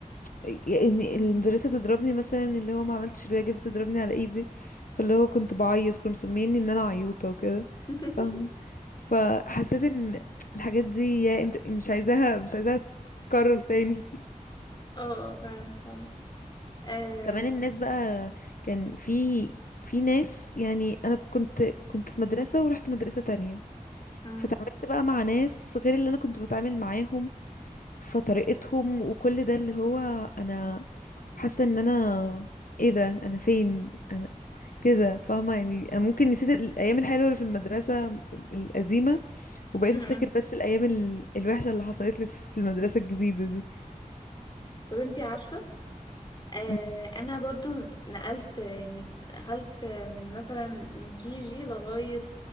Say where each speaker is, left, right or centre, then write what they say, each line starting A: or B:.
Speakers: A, on the left (about 80°); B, on the left (about 30°).
A: يعني
B: مم.
A: المدرسة تضربني مثلا اللي هو ما عملتش الواجب تضربني على ايدي فاللي هو كنت بعيط كانوا مسميني ان انا عيوطة وكده
B: <laughs>
A: فاهمة فحسيت ان الحاجات دي يا انت مش عايزاها مش عايزاها تتكرر تاني
B: اه اه فعلا فعلا أم...
A: <laughs> كمان الناس بقى كان في في ناس يعني انا كنت كنت في مدرسة ورحت مدرسة تانية
B: أم...
A: فتعاملت بقى مع ناس غير اللي انا كنت بتعامل معاهم فطريقتهم وكل ده اللي هو انا حاسه ان انا ايه ده انا فين انا كده فاهمه يعني انا ممكن نسيت الايام الحلوه اللي في المدرسه القديمه وبقيت
B: أم.
A: افتكر بس الايام ال- الوحشه اللي حصلت لي في المدرسه الجديده دي
B: طب انتي عارفة أه
A: أم،
B: انا برضو نقلت يعني دخلت من مثلا من كي جي لغاية